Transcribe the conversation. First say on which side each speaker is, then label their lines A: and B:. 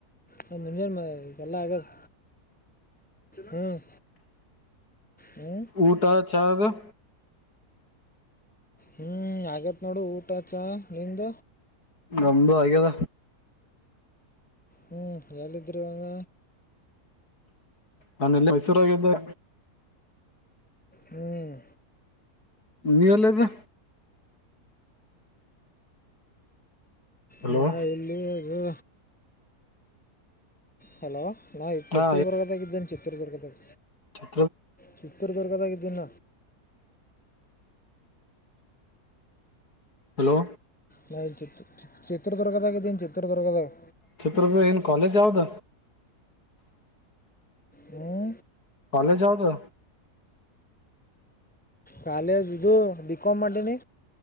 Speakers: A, in the centre; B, on the left (about 85°).
A: ಅದು ನಿಂಜಾನನ್ ಇಗೆಲ್ಲ ಆಗದು ಹ್ಮ್ ಹ್ಮ
B: ಊಟ ಚಾ ದ
A: ಹ್ಮ್ ಆಗೇತ್ ನೋಡು ಊಟ ಚ ನಿಂದ
B: ನಮ್ದುಆಗದ
A: ಹ್ಮ್ ಎಲ್ಲ ಇದ್ರರುವಂಗ
B: ನಾನ ಎಲ್ಲ ಮೈಸೂರಾಗಿದ್ದೆ
A: ಹ್ಮ್
B: ನೀ ಒಲ್ಲದು ಹಲೋ
A: ಏನಾ ಎಲ್ಲಿ ಇದು ಹಲೋ ನಾ ಚಿತ್ತೂರುದುರ್ಗದಾಗ
B: ಹಾ
A: ಇದಿದ್ದೇನೆ ಚಿತ್ತೂರುದುರ್ಗದಾಗ
B: ತ್ರ
A: ಸತ್ತರ್ ಬರ್ಗದಾಗಿದ್ದಿನ
B: ಹಲೋ
A: ನಾ ಚಿ ಚಿತ್ರದುರ್ಗದಾಗ ಇದ್ದನು ಚಿತ್ರದುರ್ಗದಾಗೆ
B: ಚಿತ್ರರ್ದು ಏನ್ ಕಾಲೇಜ್ ಯಾವ್ದ
A: ಹಾ
B: ಕಾಲಜ ಹವುದು
A: ಕಾಲ ಜ್ದು ಬಿಕೋಮ ಮಾಡ ನೀ